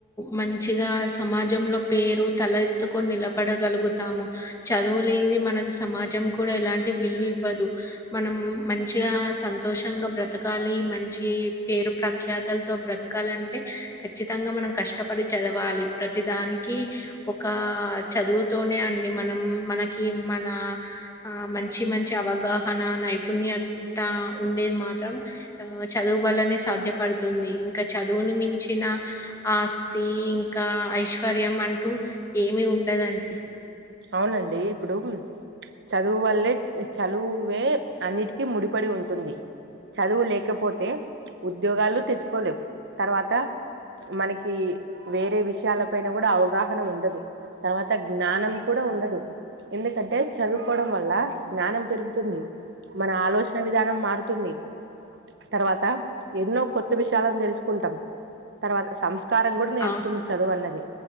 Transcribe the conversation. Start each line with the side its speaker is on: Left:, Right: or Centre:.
Left: మంచిగా సమాజంలో పేరు తల ఎత్తుకొని నిలబడగలుగుతాము చదువులేని మనకి సమాజం కూడా ఎలాంటి విలువ ఇవ్వదు మనం మంచిగా సంతోషంగా బ్రతకాలి మంచి పేరు ప్రఖ్యాతులతో బ్రతకాలి అంటే ఖచ్చితంగా మనం కష్టపడి చదవాలి ప్రతిదానికి ఒక చదువుతోనే అండి మనం మనకి మన ఆ మం మంచి మంచి అవగాహన నైపుణ్యత ఉండేది మాత్రం ఆ చదువు వల్లనే సాధ్యపడుతుంది ఇంకా చదువుని మించ చిిన ఆస్తి ఇంకా ఐశ్వర్యం అంటూ ఏమి ఉండదండి
Right: అవునండి ఇప్పుడు చదువు వల్లే చదువే అన్నిటికీ ముడిపడి ఉంటుంది చదువు లేకపోతే ఉద్యోగాలు తెచ్చుకోలేవు తర్వాత మనకి వేరే విషయాల పైన కూడా అవగాహన ఉండదు తర్వాత జ్ఞానం కూడా ఉండదు ఎందుకంటే చదువుకోవడం వల్ల జ్ఞానం పెరుగుతుంది మన ఆలోచన విధానం మారుతుంది తర్వాత ఎన్నో కొత్త విషయాలను తెలుసుకుంటాం తర్వాత సంస్కృ పకారం కూడా నేర్పుతుంది
Left: ఆ!
Right: చదువు అన్నది